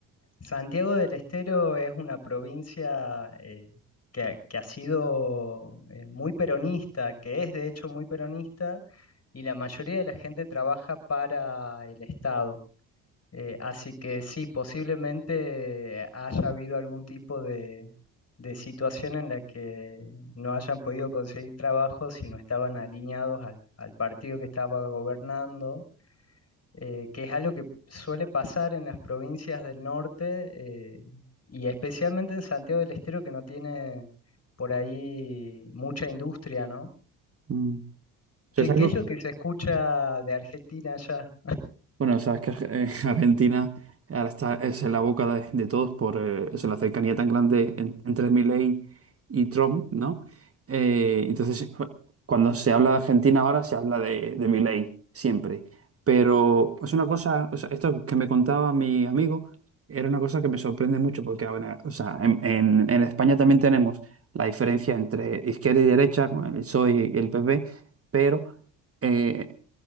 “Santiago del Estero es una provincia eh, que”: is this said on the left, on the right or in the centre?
Left